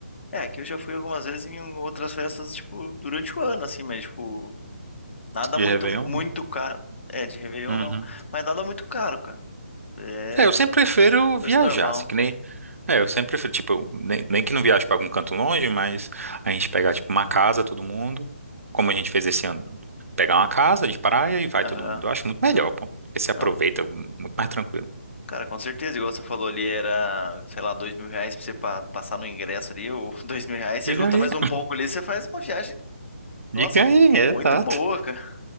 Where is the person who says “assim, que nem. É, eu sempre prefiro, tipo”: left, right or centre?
Right